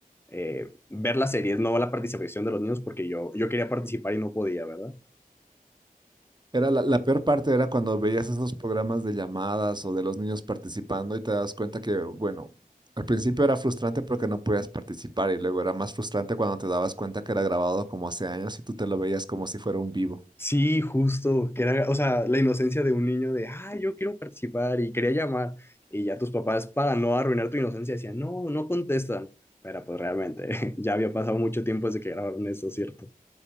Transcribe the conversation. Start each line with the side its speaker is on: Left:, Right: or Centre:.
Left: eh, ver las series, no la participación de los niños porque yo, yo quería participar y no podía, ¿verdad?
Right: Era la, la peor parte era cuando veías esos programas de llamadas o de los niños participando y te das cuenta que, bueno, al principio era frustrante porque no podías participar y luego era más frustrante cuando te dabas cuenta que era grabado como hace años y tú te lo veías como si fuera un vivo.
Left: Sí, justo, que era, o sea, la inocencia de un niño de, ah, yo quiero participar y quería llamar. Y ya tus papás, para no arruinar tu inocencia, decían, no, no contestan. Pero pues realmente, <laughs> ya había pasado mucho tiempo desde que grabaron eso, ¿cierto?